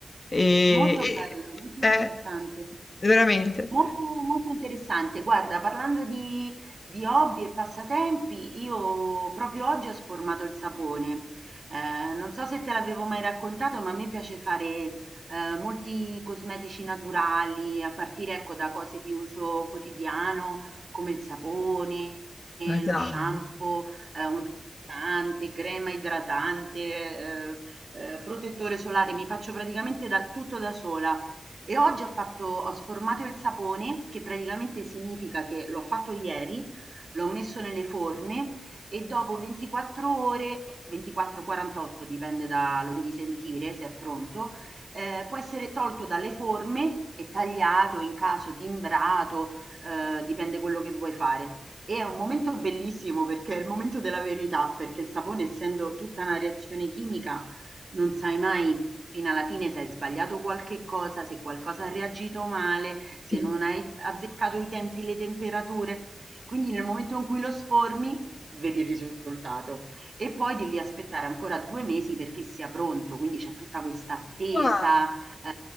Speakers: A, on the left; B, on the right.
A: E,
B: Molto
A: e-
B: bello, molto
A: eh,
B: interessante.
A: veramente.
B: Molto, molto interessante. Guarda, parlando di, di hobby e passatempi, io proprio oggi ho sformato il sapone. Eh, non so se te l'avevo mai raccontato, ma a me piace fare eh, molti cosmetici naturali, a partire ecco, da cose di uso quotidiano come il sapone, eh,
A: Ma dai,
B: lo shampoo, eh, uno struccante, crema idratante, eh, eh, protettore solare. Mi faccio praticamente da, tutto da sola. E oggi ho fatto, ho sformato il sapone, che praticamente significa che l'ho fatto ieri, l'ho messo nelle forme e dopo 24 ore, 24-48 dipende da, lo devi sentire se è pronto, eh, può essere tolto dalle forme e tagliato, in caso timbrato, eh, dipende quello che vuoi fare. E è un momento bellissimo perché è il momento della verità, perché il sapone, essendo tutta una reazione chimica, non sai mai fino alla fine se hai sbagliato qualche cosa, se qualcosa ha reagito male, se
A: sì.
B: non hai azzeccato i tempi, le temperature. Quindi nel momento in cui lo sformi, vedi il risultato e poi devi aspettare ancora due mesi perché sia pronto, quindi c'è tutta questa attesa.
A: Ah.
B: eh,